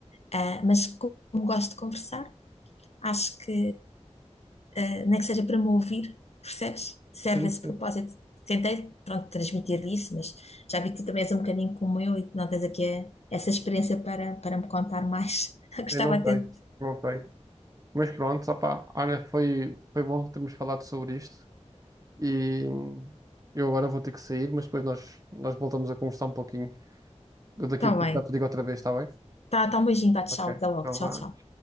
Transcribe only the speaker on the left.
Ah, mas como gosto de conversar, acho que eh, nem que seja para me ouvir, percebes? Serve
esse
propósito. Tentei, pronto, transmitir isso, mas já vi que tu também és um bocadinho como eu e que não tens aqui eh, essa experiência para, para me contar mais. <laughs>
Gostava
até.
Está
bem.
Tá, tá um beijinho, tá, tchau,
até logo.
Tchau,
tchau.